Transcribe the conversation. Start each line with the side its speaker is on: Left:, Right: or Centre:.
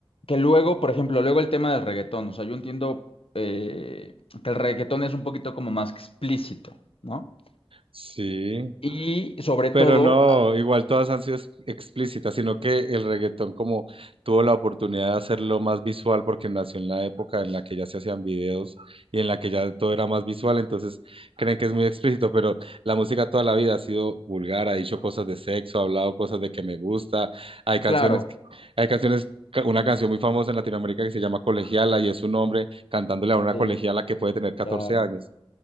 Left: que luego, por ejemplo, luego el tema del reggaetón, o sea, yo entiendo eh, que el reggaetón es un poquito como más explícito, ¿no?
Right: sí.
Left: Y sobre
Right: Pero
Left: todo,
Right: no,
Left: ah,
Right: igual todas han sido ex- explícitas, sino que el reggaetón como tuvo la oportunidad de hacerlo más visual porque nació en la época en la que ya se hacían videos y en la que ya todo era más visual, entonces creen que es muy explícito, pero la música toda la vida ha sido vulgar, ha dicho cosas de sexo, ha hablado cosas de que me gusta, hay canciones,
Left: claro,
Right: que- hay canciones, ca- una canción muy famosa en Latinoamérica que se llama Colegiala y es un hombre cantándole a una
Left: sí,
Right: colegiala que puede tener catorce
Left: claro.
Right: años.